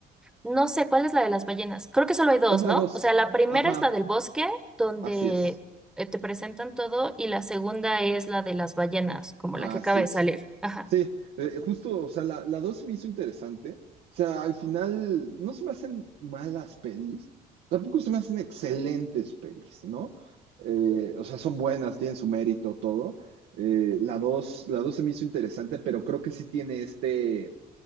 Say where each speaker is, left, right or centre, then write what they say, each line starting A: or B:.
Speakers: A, in the centre; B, on the right (about 80°).
A: no sé, ¿cuál es la de las ballenas? Creo que solo hay dos,
B: Es la
A: ¿no?
B: 2.
A: O sea, la primera
B: Ajá,
A: es la del bosque, donde
B: así es.
A: eh, te presentan todo, y la segunda es la de las ballenas, como
B: Así
A: la que acaba
B: es.
A: de salir. Ajá.
B: Sí, eh, justo, o sea, la, la 2 se me hizo interesante. O sea, al final no se me hacen malas pelis, tampoco se me hacen excelentes pelis, ¿no? Eh, o sea, son buenas, tienen su mérito, todo. Eh, la dos la dos se me hizo interesante, pero creo que sí tiene este,